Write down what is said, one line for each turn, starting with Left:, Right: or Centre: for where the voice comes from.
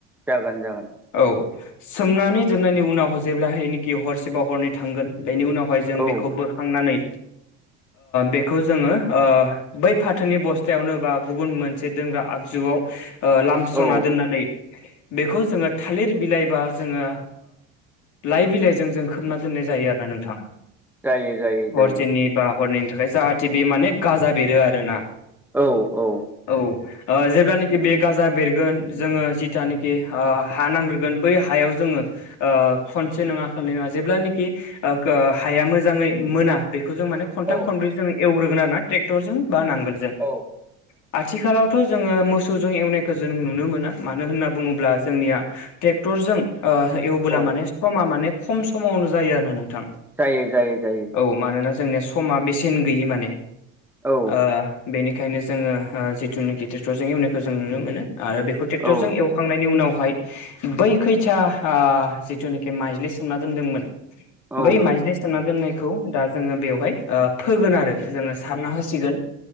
Centre: जागोन जागोन
Left: औ सोमनानै जोबनायनि उनाव जेबब्लाहायखि हरसेबा हरनै थांगोन बेनि उनावहाय जों
Centre: औ
Left: बेखौ बोखांनानै बेखौ जोङो बै फाथोनि बस्थायावनो बा गुबुन मोनसे दोनग्रा आगजुआव लामस्रावना
Centre: औ
Left: दोननानै बेखौ जोङो थालिर बिलाइबा जोङो लाइ बिलाइजों जों खोबना दोननाय जायो आरोना नोंथां
Centre: जायो जायो जायो
Left: हरसेनि बा हरननि थाखाय जाहाथे बे माने गाजा बेरो आरोना
Centre: औ औ
Left: औ ओ जेब्लानाखि बे गाजा बेरगोन जोङो जिथानखि ओ हा नांग्रोगोन बै हायाव जोङो ओ खनसे नङा खननै नङा जेब्लानोखि ओ खो हाया मोजाङै मोना बेखौ जों माने खनथाम
Centre: औ
Left: खनब्रै जोङो एवग्रोगोन आर ना ट्रेक्टरजों बा नांगोलजों
Centre: औ
Left: आथिखालाव थ' जोङो मोसौजों एवनायखौ जों नुनो मोना मानो होनना बुङोब्ला जोंनिया ट्रे टरजों ओ एवबोला
Centre: औ
Left: माने समा माने खम समावनो जायो आरोना नोंथां
Centre: जायो जायो जायो
Left: औ मानोना जोंनिया समा बेसेन गैयि माने
Centre: औ
Left: ओ बेनि ओंखायनो जोङो ओ जिथुनाखि ट्रेक्टरजों एवनायखौ जों नुनो मोनो आरो बेखौ ट्रेक्टरजों
Centre: औ
Left: एवखांनायनि उनावहाय बै खैथा ओ जिथुनाखि माइज्लि सोमना दोनदोंमोन
Centre: औ
Left: बै माइज्लि सोमना दोननायखौ दा जोङो बेवहाय फोगोन आरो जोङो सारना होसिगोन